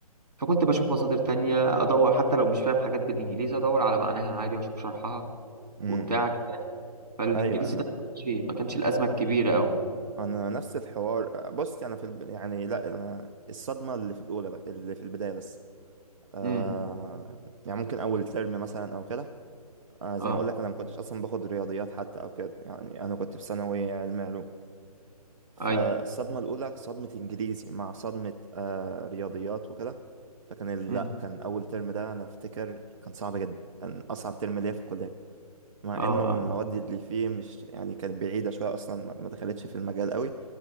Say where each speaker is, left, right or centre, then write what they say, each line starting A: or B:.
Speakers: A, on the right; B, on the right.
A: فكنت بشوف مصادر تانية أدور حتى لو مش فاهم حاجات بالإنجليزي أدور على معناها عادي وأشوف شرحها
B: امم
A: وبتاع كده فالإنجليزي
B: ايوه انا
A: ده ما كانش ما كانش الأزمة الكبيرة أوي
B: انا نفس الحوار بص انا في الب... يعني لا انا الصدمة اللي في الاولى بس اللي في البداية بس آه
A: أمم
B: يعني ممكن اول ترم مثلا او كده آه زي
A: أه
B: ما اقول لك انا ما كنتش اصلا باخد رياضيات حتى او كده يعني انا كنت في ثانوي علم علوم فالصدمة
A: أي
B: الأولى صدمة إنجليزي مع صدمة آه رياضيات وكده فكان ال-
A: أمم
B: لا كان أول ترم ده أنا أفتكر كان صعب جدا كان أصعب ترم ليا في الكلية مع
A: أه
B: إنه المواد
A: أه
B: اللي فيه مش يعني كانت بعيدة شوية أصلا ما ما دخلتش في المجال قوي